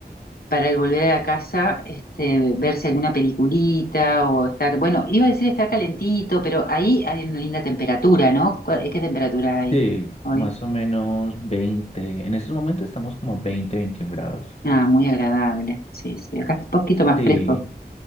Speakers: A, on the left; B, on the left.
A: el volver a la casa, este, verse alguna peliculita o estar, bueno, iba a decir estar calentito, pero ahí hay una linda temperatura, ¿no? ¿Cuál- ¿Qué temperatura hay
B: Sí,
A: hoy?
B: más o menos 20. En estos momentos estamos como a 20, 21 grados.
A: Ah, muy agradable, sí, sí, acá es un poquito más
B: Sí,
A: fresco.